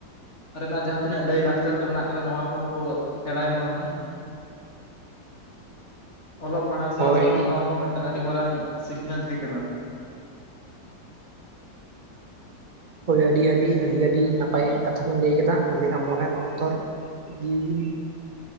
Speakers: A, on the left; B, on the right.
A: ᱠᱚ ᱨᱮᱱᱟᱜ ᱡᱟᱦᱟᱸ ᱛᱤᱱᱟᱹᱜ ᱞᱟᱹᱭ ᱞᱟᱠᱪᱟᱨ ᱠᱚ ᱢᱮᱱᱟᱜ ᱪᱮᱠᱟᱛᱮ ᱱᱚᱣᱟ ᱠᱚᱦᱚᱸ ᱠᱚ ᱥᱮᱲᱟᱭ ᱢᱟ ᱦᱟᱸ ᱚᱞᱚᱜ ᱯᱟᱲᱦᱟᱣ ᱥᱟᱶ
B: ᱦᱳᱭ
A: ᱥᱟᱶ ᱛᱮ ᱱᱚᱣᱟ ᱦᱚᱸ ᱢᱤᱫᱴᱟᱝ ᱟᱹᱰᱤ ᱢᱟᱨᱟᱝ ᱥᱤᱠᱷᱱᱟᱹᱛ ᱜᱮ ᱠᱟᱱᱟ᱾ <inaudible>
B: ᱦᱳᱭ ᱟᱹᱰᱤ ᱟᱹᱰᱤ ᱟᱹᱰᱤ ᱟᱹᱰᱤ ᱱᱟᱯᱟᱭ ᱠᱟᱛᱷᱟ ᱵᱮᱱ ᱞᱟᱹᱭ ᱠᱮᱫᱟ ᱟᱹᱞᱤᱧᱟᱜ ᱢᱚᱱᱮᱨ ᱚᱱᱛᱚᱨ ᱡᱤᱣᱤ ᱵᱤᱱ